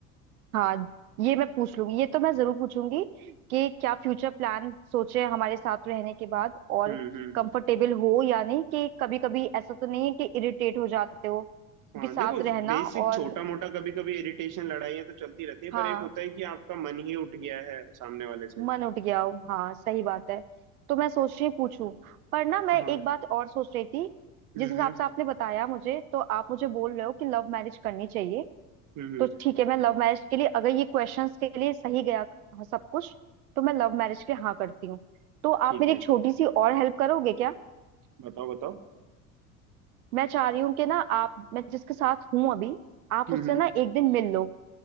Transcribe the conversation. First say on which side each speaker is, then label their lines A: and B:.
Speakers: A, on the right; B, on the right.
A: हाँ ये मैं पूछ लूंगी ये तो मैं जरूर पूछूंगी कि क्या फ्यूचर प्लान सोचे हमारे साथ रहने के बाद और
B: हम्म हम्म,
A: कंफर्टेबल हो या नहीं कि कभी कभी ऐसा तो नहीं है कि इरिटेट हो जाते हो क्योंकि
B: हाँ
A: साथ
B: देखो
A: रहना
B: बेसिक
A: और
B: छोटा मोटा कभी कभी इरिटेशन लड़ाइयाँ तो चलती रहती है
A: हाँ
B: पर एक होता है कि आपका मन ही उठ गया है सामने वाले से
A: मन उठ गया हो हाँ सही बात है तो मैं सोच रही पूछूं पर ना मैं
B: हाँ
A: एक बात और सोच रही थी
B: हम्म
A: जिस
B: हम्म
A: हिसाब से आपने बताया मुझे तो आप मुझे बोल रहे हो कि लव मैरिज करनी चाहिए
B: हम्म हम्म,
A: तो ठीक है मैं लव मैरिज के लिए अगर ये क्वेश्चंस के लिए सही गया हाँ, सब कुछ तो मैं लव मैरिज के लिए हाँ करती हूँ तो आप
B: ठीक
A: मेरी
B: है
A: एक छोटी सी और हेल्प करोगे क्या
B: बताओ बताओ
A: मैं चाह रही हूँ कि ना आप मैं जिसके साथ हूँ अभी आप
B: हम्म
A: उससे
B: हम्म
A: ना एक दिन मिल लो